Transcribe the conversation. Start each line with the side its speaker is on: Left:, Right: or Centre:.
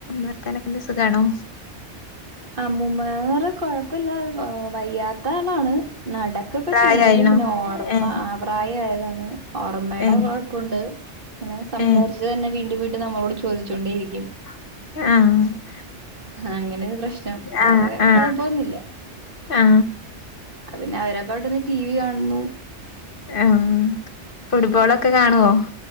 Left: വർത്താനൊക്കെന്ത സുഖമാണോ
Right: അമുമാര്കൊഴപ്പല്ല ആ വയ്യാത്ത ആളാണ് നടക്കൊക്കെ
Left: പ്രായായിണോ
Right: ചെയ്യെങ്കിലും പിന്നെ ഓർമ്മ
Left: ഏ
Right: ആ പ്രായമായതാണ് അ ഓർമ്മയടെ
Left: ഏ
Right: കൊഴപ്പണ്ട് ഇങ്ങനെ സംസാരിച്ച്ു
Left: ഏ
Right: തന്നെ വീണ്ടും വീട്ട് നമ്മളോട് ചോദിച്ചൊണ്ടേ ഇരിക്കും
Left: ആഹ
Right: അങ്ങനെ ഒരു പ്രശ്നം വേറെ
Left: ആ ആ
Right: കൊഴപ്പൊന്നില്ല
Left: ആ
Right: പിന്നെ അവരെ വിടെന്ന് ടി വി കാണുന്നു
Left: ആ ഫുട്ബോൾൊക്കെ കാണുവോ